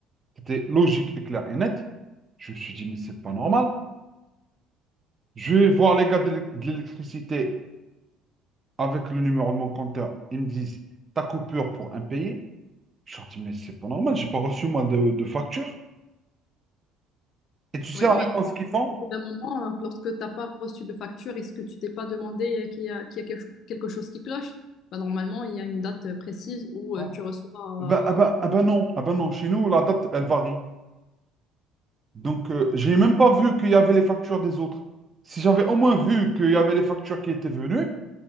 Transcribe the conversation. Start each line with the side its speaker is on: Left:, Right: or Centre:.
Right: C'était logique et clair et net. Je me suis dit, mais c'est pas normal. Je vais voir les gars de l'é- de l'électricité avec le numéro de mon compteur. Ils me disent, ta coupure pour impayé. Je leur dis, mais c'est pas normal, j'ai pas reçu moi de, de facture. Et tu sais
Left: Oui,
Right: la
Left: mais
Right: réponse qu'ils font?
Left: Au bout d'un moment, euh, lorsque tu n'as pas reçu de facture, est-ce que tu t'es pas demandé euh, qu'il y a, qu'il y a quelque quelque chose qui cloche? Bah, normalement, il y a une date euh, précise où
Right: Ah
Left: euh, tu reçois.
Right: Ah ben, ah ben,
Left: euh,
Right: ah ben non, ah ben non, chez nous, la date, elle varie. Donc, euh, j'ai même pas vu qu'il y avait les factures des autres. Si j'avais au moins vu qu'il y avait les factures qui étaient venues,